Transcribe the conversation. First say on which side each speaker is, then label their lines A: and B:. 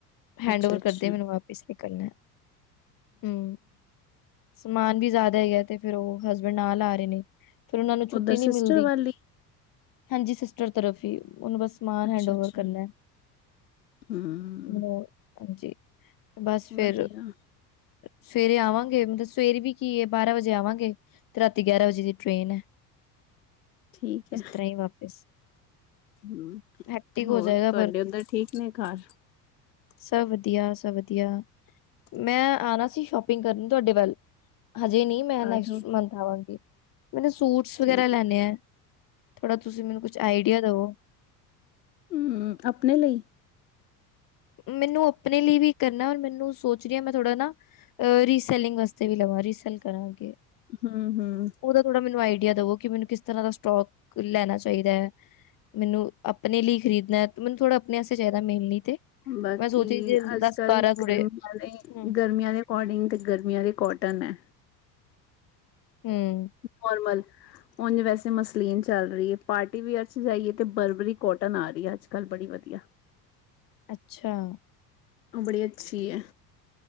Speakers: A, on the left; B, on the left.
A: ਹੈਡ
B: ਅੱਛਾ
A: ਓਵਰ
B: ਅੱਛਾ
A: ਕਰਦੇਆ ਮੈਨੂੰ ਵਾਪਿਸ ਵੀ ਕਰਨੈ। ਹੂੰ, ਸਮਾਨ ਵੀ ਜੈਦਾ ਹੈਗੈ ਤੇ ਫੇਰ ਓਹ ਹਸਬੈਂਡ ਨਾਲ ਆ ਰੇ ਨੇ। ਫਿਰ ਉਹਨਾ ਨੂੰ ਛੁਟੀ
B: ਉਧਰ
A: ਨੀ
B: ਸਿਸਟਰ
A: ਮਿਲਦੀ।
B: ਵਾਲੀ
A: ਹਾਂਜੀ ਸਿਸਟਰ ਤਰਫ ਹੀ, ਓਹਨੂੰ ਬਸ ਸਮਾਨ
B: ਅੱਛਾ
A: ਹੈਂਡ ਓਵਰ
B: ਅੱਛਾ
A: ਕਰਨੈ।
B: ਹੂੰ
A: ਮੋਬ ਹਾਂਜੀ, ਬਸ ਫੇਰ
B: ਵਧੀਆ
A: ਸਵੇਰੇ ਆਵਾਂਗੇ, ਮਤਲਬ ਸਵੇਰ ਵੀ ਕੀ ਏ, ਬਾਰਾਂ ਵਜੇ ਆਵਾਂਗੇ। ਤੇ ਰਾਤੀ ਗਿਆਰਾਂ ਵਜੇ ਦੀ ਟ੍ਰੇਨ ਐ।
B: ਠੀਕ ਹੈ
A: ਇਸ ਤਰ੍ਹਾਂ ਈ ਵਾਪਿਸ।
B: ਹੂੰ,
A: ਹੈਕਟਿਕ ਹੋ
B: ਹੋਰ
A: ਜਾਏਗਾ
B: ਤੁਐਡੇ
A: ਪਰ
B: ਓਧਰ ਠੀਕ ਨੇ ਘਰ?
A: ਸਭ ਵਧੀਆ, ਸਭ ਵਧੀਆ। ਮੈ ਆਣਾ ਸੀ ਸ਼ੋਪਿੰਗ ਕਰਨ ਤੁਐਡੇ ਵਲ। ਹਜੇ ਨੀ, ਮੈ ਨੈਕਸਟ
B: ਆ ਜਾਓ
A: ਮੰਥ ਆਵਾਂਗੀ। ਮੈਨੂੰ ਸੂਟਸ ਵਗੈਰਾ
B: ਠੀਕ
A: ਲੈਣੇ
B: ਹੈ
A: ਐ। ਥੋੜਾ ਤੁਸੀ ਮੈਨੂੰ ਕੁਛ ਆਈਡੀਆ ਦਵੋ।
B: ਹੂੰ, ਅਪਣੇ ਲਈ?
A: ਮੈਨੂੰ ਆਪਣੇ ਲਈ ਵੀ ਕਰਨਾ, ਔਰ ਮੈਨੂੰ ਸੋਚ ਰਹੀ ਹਾ ਮੈ ਥੋੜਾ ਨਾ- ਅ ਰੀਸੈਲਿੰਗ ਵਾਸਤੇ ਵੀ ਲਵਾ, ਰੀਸੈਲ ਕਰਾਂ ਅਗੇ।
B: ਹੂੰ- ਹੂੰ -
A: ਥੋੜਾ ਮੈਨੂੰ ਆਈਡੀਆ ਦਵੋ। ਕਿ ਮੈਨੂੰ ਕਿਸ ਤਰ੍ਹਾਂ ਦਾ ਸਟੋਕ ਲੈਣਾ ਚਾਹੀਦਾ ਐ। ਮੈਨੂੰ ਆਪਣੇ ਲਈ ਖਰੀਦਣਾ, ਮੈਨੂੰ ਥੋੜ੍ਹਾ ਆਪਣੇ ਅਸਤੇ ਚਾਹੀਦਾ ਮੇਨਲੀ- ਤੇ।
B: ਬਾਕੀ
A: ਮੈਂ ਸੋਚ ਰਹੀ ਸੀ
B: ਅੱਜ-ਕਲ
A: ਦਸ ਬਾਰਾਂ ਥੋੜੇ
B: ਗਰਮੀਆਂ ਵਾਲੇ
A: ਹੂੰ
B: ਗਰਮੀਆਂ- ਅੋਡਿੰਗ ਤਾਂ ਗਰਮੀਆਂ ਵਾਲੇ ਕੋਟਨ ਐ।
A: ਹੂੰ।
B: ਨੋਰਮਲ- ਉਝ ਵੈਸੇ ਮਸਲੀਨ ਚਲ ਰਹੀ ਹੈ। ਪਾਰਟੀ ਵਅਰ 'ਚ ਜਾਈਏ ਤੇ ਬਰਬਰੀ ਕੋਟਨ ਆ ਰਹੀ ਆ ਅੱਜ -ਕਲ ਬੜੀ ਵਧੀਆ-
A: ਅੱਛਾ-
B: ਉਹ ਬੜੀ ਅੱਛੀ ਐ।